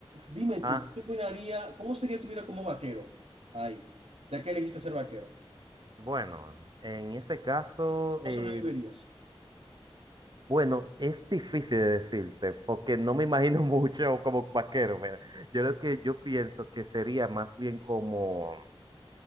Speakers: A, on the right; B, on the right.
A: dime
B: Ah,
A: tú, ¿qué opinaría- cómo sería tu vida como vaquero? Ay, ya que elegiste ser vaquero,
B: bueno, en ese caso,
A: ¿cómo
B: eh,
A: sobrevivirías?
B: bueno, es difícil de decirte, porque no me imagino <laughs> mucho como vaquero. mira. Yo lo que yo pienso que sería más bien como